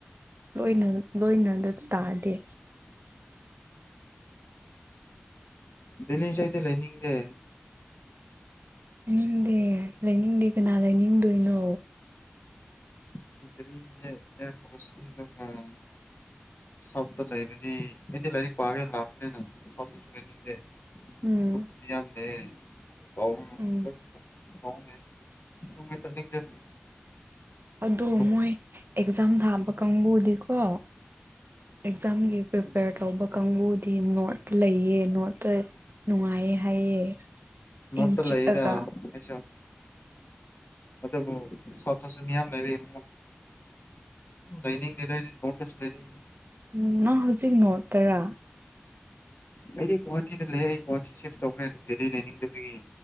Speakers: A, on the right (about 60°); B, on the left (about 60°).
A: ꯂꯣꯏꯅ ꯂꫭꯏꯅꯗ ꯇꯥꯗꯦ꯫
B: ꯗꯦꯂꯤꯁꯦ ꯑꯩꯗꯤ ꯂꯩꯅꯤꯡꯗꯦ꯫
A: ꯂꯩꯅꯤꯡꯗꯦ ꯂꯩꯅꯤꯡꯗꯦ ꯀꯅꯥ ꯂꯩꯅꯤꯡꯗꯣꯏꯅꯣ꯫
B: <inaudible> ꯁꯥꯎꯠꯇ ꯂꯩꯕꯗꯤ ꯑꯩꯗꯤ ꯂꯥꯏꯔꯤꯛ ꯄꯥꯔꯒ ꯂꯥꯛꯄꯅꯤꯅ ꯁꯥꯎꯠꯇꯁꯨ ꯂꯩꯅꯤꯡꯗꯦ꯫
A: ꯎꯝ꯫
B: <inaudible>
A: ꯎꯝ꯫
B: <inaudible>
A: ꯑꯗꯣ
B: ꯅꯣꯔꯠ
A: ꯃꯣꯏ ꯑꯦꯛꯖꯥꯝ ꯊꯥꯕ ꯀꯥꯡꯕꯨꯗꯤꯀꯣ ꯑꯦꯛꯖꯥꯝꯒꯤ ꯄ꯭ꯔꯤꯄꯦꯌꯔ ꯇꯧꯕ ꯀꯥꯡꯕꯨꯗꯤ ꯅꯣꯔꯠꯇ ꯂꯩꯌꯦ ꯅꯣꯔꯠꯇ ꯅꯨꯡꯉꯥꯏꯌꯦ ꯍꯥꯏꯌꯦ
B: ꯅꯣꯔꯠꯇ
A: ꯏꯪ ꯆꯤꯛꯑꯒ꯫
B: ꯂꯩꯌꯦꯗ ꯑꯩꯁꯨ ꯑꯗꯨꯕꯨ ꯁꯥꯎꯠꯇꯁꯨ ꯃꯤꯌꯥꯝ ꯂꯩꯔꯤ꯫ <inaudible> ꯂꯩꯅꯤꯡꯗꯦꯗ ꯑꯩꯗꯤ ꯃꯣꯔꯠꯇꯁꯨ ꯂꯩꯅꯤꯡꯗꯦ꯫
A: ꯎꯝ ꯅꯪ ꯍꯧꯖꯤꯛ ꯅꯣꯔꯠꯇꯔꯥ꯫
B: ꯑꯩꯗꯤ ꯒꯨꯍꯥꯇꯤꯗ ꯂꯩꯌꯦ ꯑꯩ ꯒꯨꯍꯥꯇꯤ ꯁꯤꯐ ꯇꯧꯈ꯭ꯔꯦ ꯗꯦꯜꯂꯤ ꯂꯩꯅꯤꯡꯗꯕꯒꯤ꯫